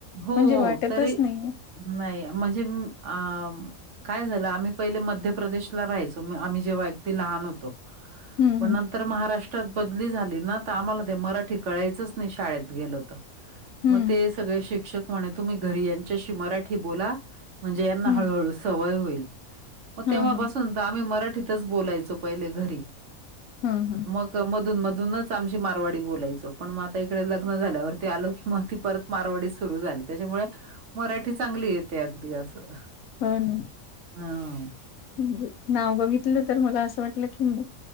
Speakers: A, on the right (about 60°); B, on the left (about 75°).
A: हो
B: म्हणजे, वाटतच
A: तरी
B: नाही.
A: नाही म्हणजे अं... काय झालं आम्ही पहिले मध्य प्रदेशला राहायचो, आम्ही जेव्हा अगदी लहान होतो.
B: हं,
A: पण
B: हं,
A: नंतर महाराष्ट्र त बदली झाली ना तर आम्हाला ते मराठी कळायचंच नाही शाळेत गेलं तर.
B: हं,
A: मग ते सगळे शिक्षक म्हणे तुम्ही घरी यांच्याशी मराठी बोला, म्हणजे यांना
B: हं,
A: हळूहळू सवय होईल. मग
B: हं,
A: तेंव्हापासून तर आम्ही मराठीतच बोलायचो पहिले घरी.
B: हं, हं, हं.
A: मग मधून मधूनच आमची मारवाडी बोलायचो पण मग आता इकडे लग्न झाल्यावरती आल की मग ती परत मारवाडीच सुरू झाली त्याच्यामुळे मराठी चांगली येते अगदी असं.
B: हो ना.
A: हां.
B: म्हजे नाव बघितलं तर मला असं वाटलं की नाही